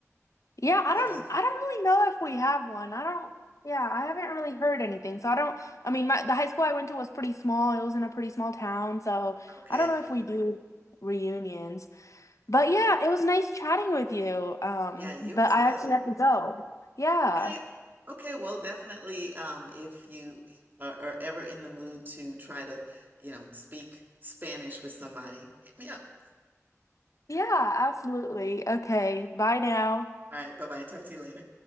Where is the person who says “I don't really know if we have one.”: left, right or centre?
Left